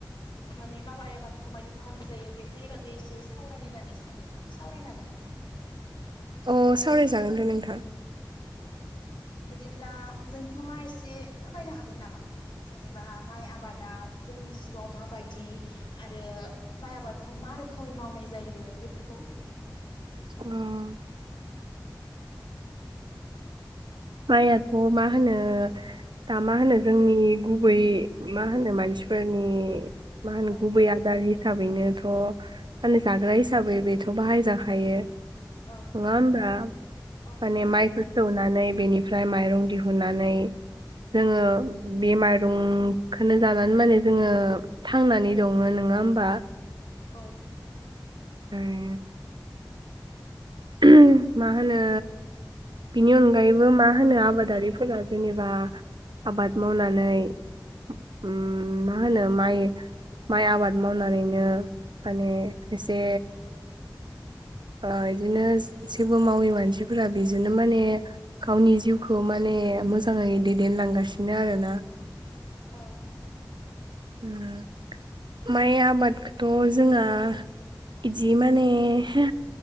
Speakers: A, on the left (about 80°); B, on the right (about 70°).
A: माने माबाय आबादखौ मायदि मावनाय जायो? बेफोरनि बागै एसे सा रायनो होन्नानै सानदोंमोन सावरायनो हा
B: ओ अ' सावराय जागोन दे नोंथां।
A: औ। बिदिब्ला नोंथाङा ए से फोरमायनो हागोन नामा? जेनेबा माइ आबादा, जोंनि जिउ आव माबायदि आरो माइ आबादखौ मा रोखोमै मावनाय जायो बेफोरखौ
B: उम माइयाथ' मा होनो दा मा होनो जोंनि गुबै मा होनो मानसिफोरनि मा होनो
A: औ
B: गुबै आदारि हिसाबैनोथ' <unintelligible> जाग्रा हिसाबै बेथ' बाहायजाखायो।
A: औ
B: नङा होम्बा
A: औ
B: माने
A: नोंथां
B: माइखौ सौनानै बेनिफ्राय माइरं दिहुननानै जोङो
A: औ
B: बेमार रंखोनो जानानै माने जोङो थांनानै दङो नोङा होमबा
A: औ
B: <unintelligible> उमहम मा होनो बिनि अनगायैबो मा होनो आबादारिफोरा जेनेबा आबाद मावनानै उम
A: औ
B: मा होनो माइ माइ आबाद मावनानैनो माने एसे ओ इदिनोस जेबो मावै मानसिफोरा बेजोनो माने गावनि जिउखौ माने मोजांङै दैदेनलांगासिनो आरोना
A: औ
B: उम माइ आबादखोथ' जोंआ इदि माने हो